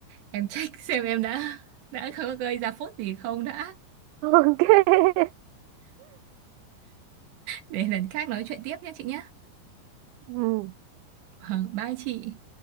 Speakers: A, on the right; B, on the right.
A: em check <laughs> xem em đã đã có gây ra phốt gì không đã
B: <laughs> Ok.
A: để lần khác nói chuyện tiếp nhé chị nhé.
B: Ừ.
A: Vâng, bye chị.